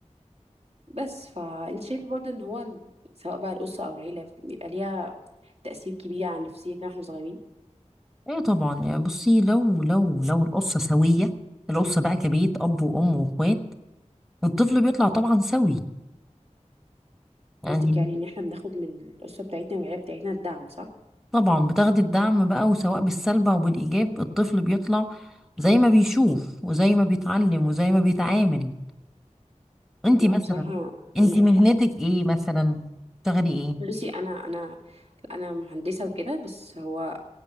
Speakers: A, on the right (about 55°); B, in the centre.
A: بس فأنت شايفة برضه إن هو ال- سواء بقى الأسرة أو العيلة بيبقى ليها تأثير كبير على نفسيتنا واحنا صغيرين
B: ايه طبعا يعني بصي لو لو لو القصة سوية القصة بقى كبيت اب وام واخوات الطفل بيطلع طبعا سوي يعني
A: قصدك يعني إن احنا بناخد من الأسرة بتاعتنا والعيلة بتاعتنا الدعم صح؟
B: طبعا بتاخدي الدعم بقى وسواء بالسلب او بالايجاب الطفل بيطلع زي ما بيشوف وزي ما بيتعلم وزي ما بيتعامل انتي
A: لا
B: مثلا
A: بصراحة
B: انتي
A: عندك
B: مهنتك
A: حق
B: ايه مثلا بتشتغلي ايه
A: بصي انا انا انا مهندسه وكده بس هو